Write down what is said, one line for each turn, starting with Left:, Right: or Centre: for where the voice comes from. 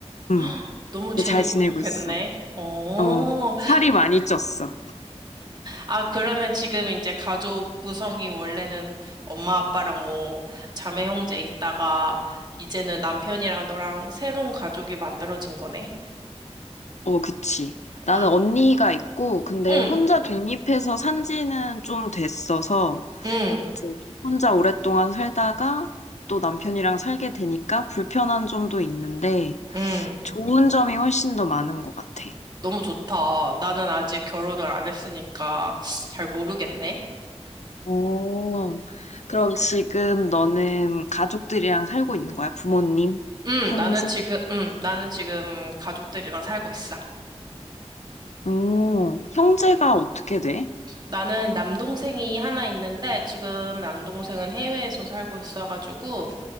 Left: 음,
Right: <gasps> 너무
Left: 근데
Right: 재밌고
Left: 잘 지내고
Right: 좋겠네.
Left: 있어.
Right: 어,
Left: 어, 살이 많이 쪘어.
Right: 아, 그러면 지금 이제 가족 구성이 원래는 엄마, 아빠랑 뭐 자매 형제 있다가 이제는 남편이랑 너랑 새로운 가족이 만들어진 거네?
Left: 어, 그치. 나는
Right: 아,
Left: 언니가 있고, 근데
Right: 응,
Left: 혼자 독립해서 산 지는 좀 됐어서,
Right: 응,
Left: 이제 혼자 오랫동안 살다가 또 남편이랑 살게 되니까 불편한 점도 있는데,
Right: 응.
Left: 좋은 점이 훨씬 더 많은 것 같아.
Right: 너무 좋다. 나는 아직 결혼을 안 했으니까 잘 모르겠네.
Left: 오, 그럼 지금 너는 가족들이랑 살고 있는 거야? 부모님?
Right: 응,
Left: 형제?
Right: 나는 지금, 응, 나는 지금 가족들이랑 살고 있어.
Left: 오, 형제가 어떻게 돼?
Right: 나는 남동생이 하나 있는데 지금 남동생은 해외에서 살고 있어가지고